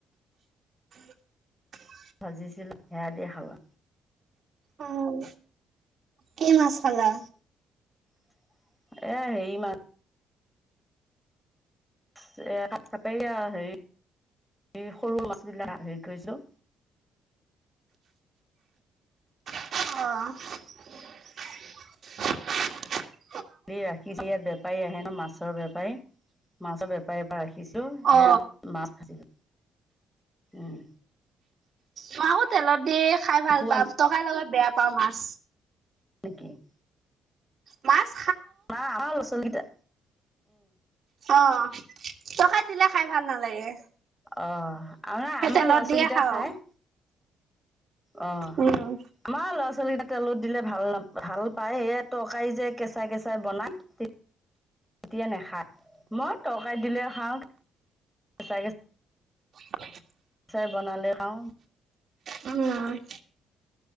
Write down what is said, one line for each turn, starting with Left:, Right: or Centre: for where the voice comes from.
Right: <inaudible>
Centre: ভাজিছিল সেয়া দি খালা।
Right: অহ, কি মাছ খালা?
Centre: <inaudible> এয়া হেৰি মাছ <unintelligible> এই সৰু মাছ বিলাক হেৰি কৰিছো
Right: অহ <inaudible>
Centre: <unintelligible> ৰাখি দিয়ে বেপাৰী আহে ন' মাছৰ বেপাৰী। মাছৰ বেপাৰীৰ পা ৰাখিছো। সেয়াই
Right: অ
Centre: মাছ ভাজিম উম।
Right: মই আকৌ তেলত দি খাই ভাল
Centre: খোৱা
Right: পাওঁ। তৰকাৰীৰ লগত বেয়া পাওঁ মাছ।
Centre: নিকি <inaudible>
Right: মাছ
Centre: নাই অহা ল'ৰা -ছোৱালী কেইটা।
Right: অহ, টৰকাৰিত দিলে খাই ভাল নালাগে।
Centre: অহ, আৰু নাই
Right: সেই
Centre: আমাৰ
Right: তেলত
Centre: লৰা -ছোৱালীকেইটা
Right: দিয়ে খাও
Centre: খাই। অহ,
Right: উম
Centre: আমাৰ ল'ৰা -ছোৱালী কেতা তেলত দিলে ভাল নাপ ভাল পায় এই তৰকাৰী যে কেঁচা -কেঁচাই বনায় এতিয়া নেখায়। মই তৰকাৰীত দিলে খাওঁ <inaudible> কেঁচাই - কেঁচাই।
Right: <inaudible>
Centre: চাই বনালে খাও।
Right: উম